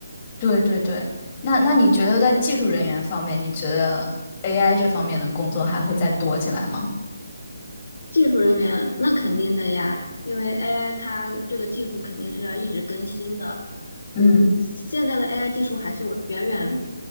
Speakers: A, on the left; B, on the left.
A: 对，对，对。那那你觉得在技术人员方面，你觉得 AI 这方面的工作还会再多起来吗？
B: 技术人员那肯定的呀，因为 AI 它这个技术肯定是要一直更新的。我们现在的
A: 嗯
B: AI 技术还是远远